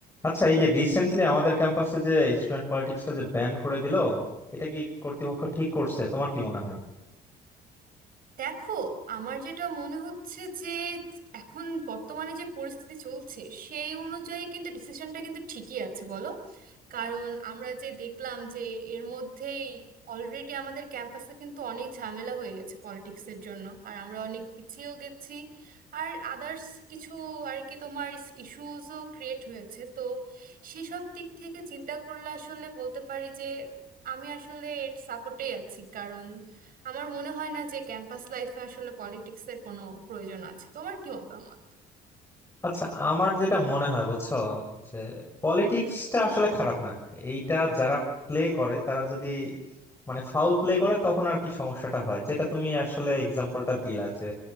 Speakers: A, on the left; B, on the right.
A: আচ্ছা এই যে রিসেন্টলি আমাদের ক্যাম্পাসে যে স্টুডেন্ট পলিটিক্সটা যে ব্যান করে দিল এটা কি কর্তৃপক্ষ ঠিক করছে তোমার কি মনে হয়
B: দেখো আমার যেটা মনে হচ্ছে যে এখন বর্তমানে যে পরিস্থিতি চলছে সেই অনুযায়ী কিন্তু ডিসিশনটা কিন্তু ঠিকই আছে বলো কারণ আমরা যে দেখলাম যে এর মধ্যেই অলরেডি আমাদের ক্যাম্পাসে কিন্তু অনেক ঝামেলা হয়ে গেছে পলিটিক্সের জন্য আর আমরা অনেক পিছিয়েও গেছি আর আদার্স কিছু আর কি তোমার ইস্যুসও ক্রিয়েট হয়েছে তো সেসব দিক থেকে চিন্তা করলে আসলে বলতে পারি যে আমি আসলে এর সাপোর্টেই আছি কারণ আমার মনে হয় না যে ক্যাম্পাস লাইফে আসলে পলিটিক্স এর কোনো প্রয়োজন আছে তোমার কি মতামত
A: আচ্ছা আমার যেটা মনে হয় বুঝছো যে পলিটিক্সটা আসলে খারাপ না এইটা যারা প্লে করে তারা যদি মানে ফাউল প্লে করে তখন আর কি সমস্যাটা হয় যেটা তুমি আসলে এক্সাম্পলটা দিলা যে